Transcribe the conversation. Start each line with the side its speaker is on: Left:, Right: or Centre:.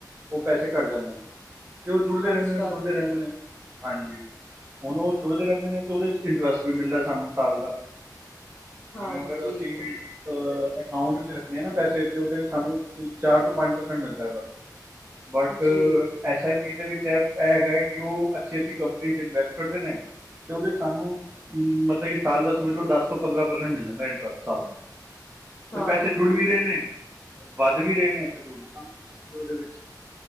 Right: ਉਹ ਪੈਸੇ ਘੱਟ ਜਾਂਦੇੇ ਨੇ ਤੇ ਉਹ ਜੁੜਦੇ
Left: ਅੱਛਾ
Right: ਰਹਿੰਦੇ ਨੇ ਜੁੜਦੇ
Left: ਜੀ
Right: ਰਹਿੰਦੇ ਨੇ ਹਾਂਜੀ ਹੁਣ ਉਹ ਜੁੜਦੇ ਰਹਿੰਦੇ ਨੇ ਤੇ ਉਹਦੇ ਚ ਇੰਟਰਸਟ ਵੀ ਮਿਲਦਾ ਸਾਨੂੰ ਸਾਲ ਦਾ
Left: ਹਾਂਜੀ
Right: ਜਿਵੇਂ ਅਗਰ ਅਸੀਂ ਅਹ ਅਕਾਊਂਟ ਵਿੱਚ ਰੱਖਣੇ ਆ ਨਾ ਪੈਸੇ ਤੇ ਉਹਦੇ ਵਿੱਚ ਸਾਨੂੰ ਚਾਰ ਤੋਂ ਪੰਜ ਪਰਸੈਂਟ ਮਿਲਦਾ ਹੈ ਬਸ ਬਟ
Left: ਜੀ
Right: ਐਸ ਆਈ ਪੀ ਵਿੱਚ ਐ ਇਹ ਹੈਗਾ ਹੈ ਕਿ ਉਹ ਅੱਛੀ ਅੱਛੀ ਕੰਪਨੀ ਚ ਇਨਵੈਸਟ ਕਰਦੇ ਨੇ ਤੇ ਉਹਦੇ ਸਾਨੂੰ ਮਤਲਬ ਸਾਲ ਦਾ ਸਮਝ ਲਓ ਦਸ ਤੋਂ ਪੰਦਰਾਂ ਪਰਸੈਂਟ ਮਿਲ ਜਾਂਦਾ ਇੰਟਰਸਟ ਸਾਲ ਦਾ ਤੇ
Left: ਹਾਂਜੀ
Right: ਪੈਸੇ ਜੁੜ ਵੀ ਰਹੇ ਨੇ ਵੱਧ ਵੀ ਰਹੇ ਨੇ ਤੇ ਦੋਨੋ ਕੰਮ ਅੱਛੇ ਹੋਏ ਉਹਦੇ ਵਿੱਚ